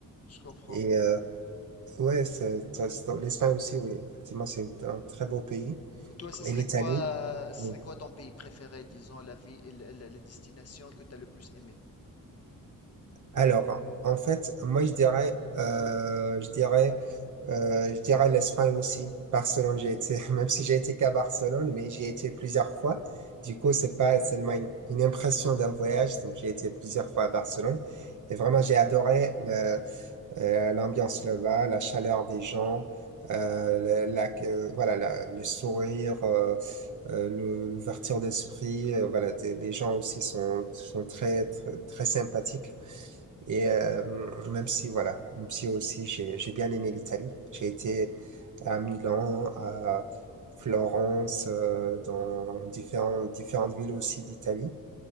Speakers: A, on the left; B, on the right.
A: je comprends.
B: Et euh, Ouais, c'est, c'est- c'est- l'Espagne aussi, oui, effectivement, c'est un très beau pays.
A: Toi, ce serait
B: Et l'Italie?
A: quoi, euh, ce
B: oui.
A: serait quoi ton pays préféré, disons, la vie, la, la- la destination que tu as le plus aimé?
B: Alors, en fait, moi, je dirais, euh, je dirais, euh, je dirais l'Espagne aussi. Barcelone, j'ai été, <laughs> même si j'ai été qu'à Barcelone, mais j'y ai été plusieurs fois. Du coup, c'est pas seulement une, une impression d'un voyage, donc j'ai été plusieurs fois à Barcelone. Et vraiment, j'ai adoré euh, l'ambiance là-bas, la chaleur des gens, euh, la, la- euh, voilà, la- le sourire, euh, euh, le- l'ouverture d'esprit, euh, voilà, t'es- les gens aussi sont, sont très, très, très sympathiques. Et euh, même si, voilà, même si aussi j'ai j'ai bien aimé l'Italie, j'ai été à Milan, à Florence, euh, dans différentes différentes villes aussi d'Italie.